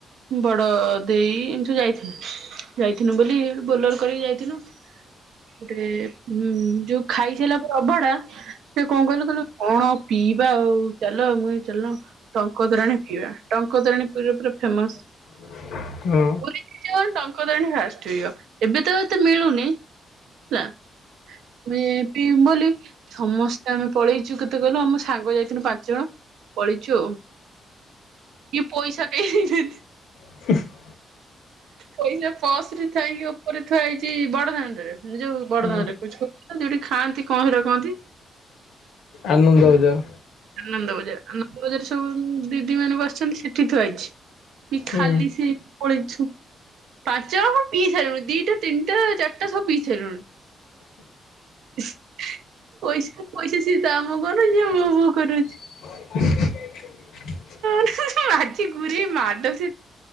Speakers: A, on the right; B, on the left.
A: ବଡ ଦେଇ ଏମିତି ସ ଯାଇଥି ଯାଇଥିନୁ ବୋଲି ବୋଲର କରିକି ଯାଇଥିନୁ। ଟିକେ ଉଁ ଯୋଉ ଖାଇସାରିଲା ଅଭଡ଼ା ସେ କଣ କହିଲୁ କହିଲୁ କଣ ପିଇବା ଆଉ ଚାଲ ମୁଁ ଚାଲ ଟଙ୍କତୋରାଣି ପିଇବା, ଟଙ୍କତୋରାଣୀ ପୁରୀରେ ପୁରା ଫେମସ।
B: <inaudible> ହୁଁ।
A: ପୁରୀ ଟଙ୍କ ତୋରାଣି ଫାଷ୍ଟ ପିଇବ ଏବେ ତ ଏତେ ମିଳୁନି ହେଲା। ମେ ପିମ୍ ବୋଲି ସମସ୍ତେ ଆମେ ପଳେଇଛୁ କେତେ କହିଲ ଆମ ସାଙ୍ଗ ଯାଇଥିନୁ ପାଞ୍ଚ ଜଣ ପଳେଇଚୁ ଆଉ ଇଏ ପଇସା ଦେଇ ଦେଇ <unintelligible>
B: <unintelligible>
A: ପଇସା ପସ ରେ ଥାଇକି ଓପରେ ଥୁଆ ହେଇଛି ବଡଦାଣ୍ଡରେ ଯୋଉ ବଡଦାଣ୍ଡରେ
B: ହୁଁ
A: କ ଯୋଉଠି ଖାଆନ୍ତି କଁ ହେଟା କୁ କହନ୍ତି?
B: ଆନନ୍ଦବଜାର।
A: ଆନନ୍ଦ ବଜାର ଆନନ୍ଦ ବଜାର ସବୁ ଦିଦି ମାନେ ବସିଛନ୍ତି ସେଠି ଥୁଆଇଛି। କି ଖାଲି
B: ହୁଁ
A: ସେ ପଳେଇଛୁ ପାଞ୍ଚ ଆଣ ପିଇ ସାଇଲୁଣି ଦିଟା ତିନିଟା ଚାରିଟା ସବୁ ପିଇ ସାଇଲୁଣି। ପଇସା ପଇସା ସେ ତା ମୁଁହ କୁ ଅନା ସେ ମୋ ମୁଁହ କରୁଛି।
B: <unintelligible>
A: <unintelligible> ଆଜି ଗୁରେଇ ମାଡ଼ ସେ